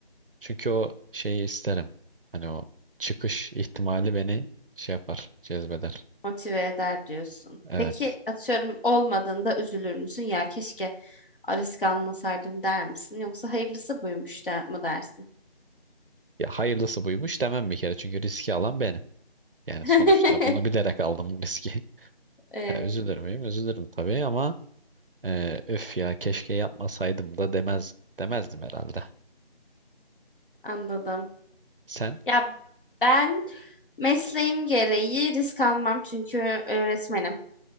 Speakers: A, on the right; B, on the left.
A: Çünkü o şeyi isterim. Hani o çıkış ihtimali beni şey yapar, cezbeder.
B: Motive eder diyorsun.
A: Evet.
B: Peki atıyorum olmadığında üzülür müsün? Ya keşke risk almasaydım der misin? Yoksa hayırlısı buymuş da mı dersin?
A: Ya hayırlısı buymuş demem bir kere. Çünkü riski alan benim. Yani
B: <laughs>
A: sonuçta bunu bilerek aldım riski. <laughs>
B: Evet,
A: Ha, üzülür müyüm? Üzülürüm tabii ama e, öf ya keşke yapmasaydım da demez demezdim herhalde.
B: anladım.
A: Sen
B: Ya ben mesleğim gereği risk almam çünkü öğretmenim.